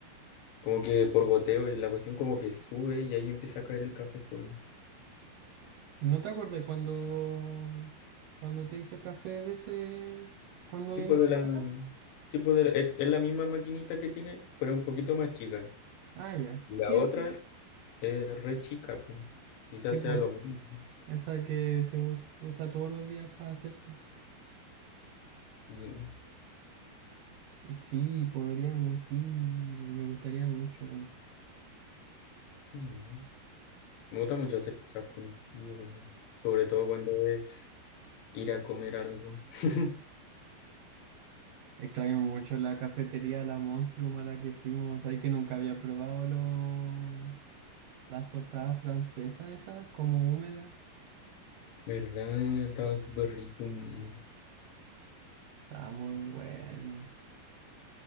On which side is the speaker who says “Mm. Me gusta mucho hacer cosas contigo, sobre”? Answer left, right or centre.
Left